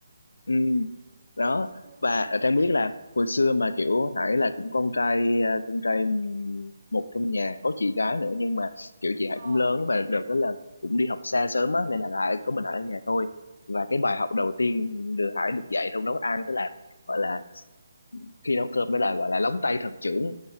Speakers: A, on the left; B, on the right.
A: ừ, đó
B: <laughs>
A: và ờ, Trang biết là hồi xưa mà kiểu Hải là cũng con trai ờ, con trai một trong nhà có chị gái nữa nhưng mà kiểu chị Hải
B: ờ
A: cũng lớn và đợt đó là cũng đi học xa sớm á nên là Hải có mình Hải ở
B: ừ.
A: nhà thôi và cái bài học đầu tiên được Hải được dạy trong nấu ăn đó là gọi là khi nấu cơm đó là gọi là lóng tay thần trưởng